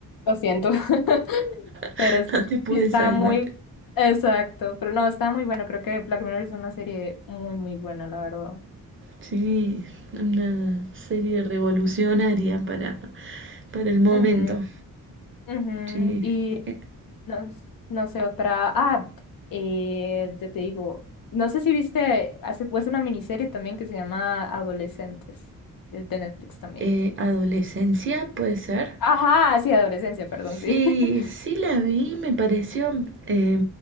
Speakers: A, on the left; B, on the right.
A: Lo siento. <laughs>
B: <laughs>
A: Pero sí
B: no te pude
A: estaba
B: salvar.
A: muy. Exacto, pero no, está muy bueno. Creo que Black Mirror es una serie muy, muy buena, la verdad.
B: Sí, una serie revolucionaria para, para el momento.
A: Ujú, ujú,
B: Sí.
A: Y
B: Eh,
A: no, no sé, otra. Ah, eh, ya te digo, no sé si viste, hace, es una miniserie también que se llama Adolescentes, de, de Netflix también.
B: eh, adolescencia, puede ser.
A: Ajá, sí, adolescencia, perdón,
B: Sí,
A: sí. <laughs>
B: sí la vi, me pareció, eh,